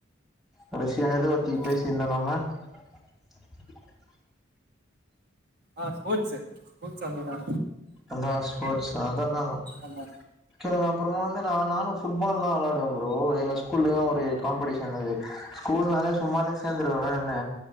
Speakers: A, in the centre; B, on the right.
A: கடைசியா எத பத்தி பேசியிருந்தேம்
B: ஆ
A: நம்ம <inaudible>
B: ஆஹ் ஸ்போர்ட்ஸ்ஷு ஸ்போர்ட்ஸ் அல்ல நா
A: அதான் ஸ்போர்ட்ஸ் அதான் நான்
B: ஆமா
A: அப்பறமா வந்து ந நானும் புட்பால் எல்லாம் விளையா ப்ரோ எங்க ஸ்கூல்லயும் ஒரு காம்படிஷன் இருந்துது ஸ்கூல்னாலே சும்மாவே சேர்ந்துருவ வேறன்ன